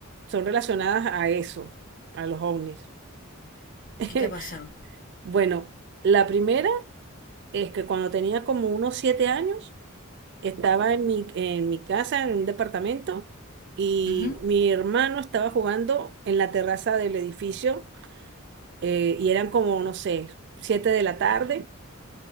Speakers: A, on the right (about 50°); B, on the left (about 40°).
A: son relacionadas a eso, a los ovnis. <laughs>
B: ¿Qué te ha pasado?
A: Bueno, la primera es que cuando tenía como unos siete años, estaba en mi, en mi casa, en un departamento, y
B: Ujú.
A: mi hermano estaba jugando en la terraza del edificio, eh, y eran como, no sé, siete de la tarde,